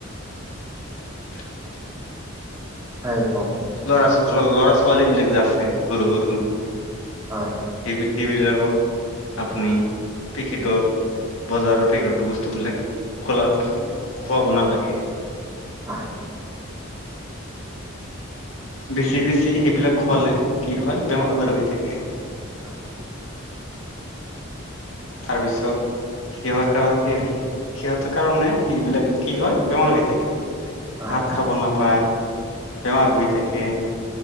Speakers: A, on the left; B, on the right.
A: <inaudible>
B: হয় কওক।
A: ল'ৰা-ল'ৰা ছোৱালী বিলাক যে আছে সৰু সৰু
B: হয়।
A: সেই-সেইবিলাকক আপুনি পেখেটৰ বজাৰৰ পেকটৰ বস্তু বিলাক খোলা খুৱাব নালাগে।
B: হয়।
A: বেছি বেছি সেইবিলাক খোৱালে কি হয় বেমাৰ আজাৰ হৈ থাকে।
B: হয়।
A: তাৰপিছত সিহঁত কাৰ <unintelligible> সিহঁতৰ কাৰণে সবিলাক কি হয় বেমাৰ হৈ থাকে।
B: হয়
A: ভাত
B: হয়
A: খাব নাপায়, বেমাৰ হৈ থাকে।